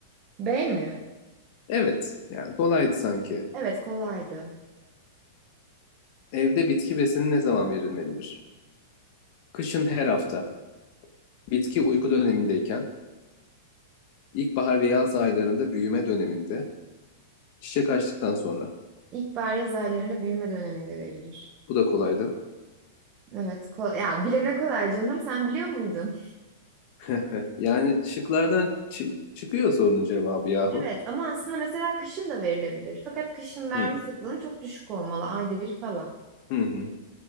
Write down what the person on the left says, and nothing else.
Evet. Yani kolaydı sanki.
Evde bitki besini ne zaman verilmelidir? Kışın her hafta. Bitki uyku dönemindeyken. İlkbahar ve yaz aylarında büyüme döneminde. Çiçek açtıktan sonra.
Bu da kolaydı.
<laughs> Yani şıklardan çı- çıkıyor sorunun cevabı yahu.
Hmm,
Hı hı,